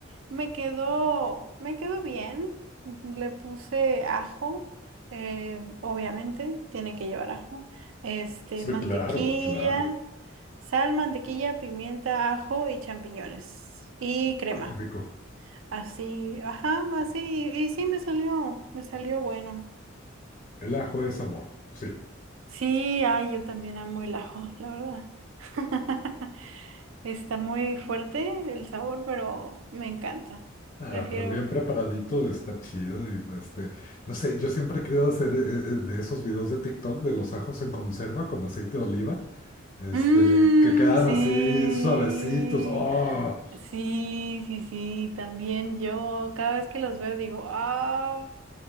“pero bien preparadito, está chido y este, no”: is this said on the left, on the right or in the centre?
Left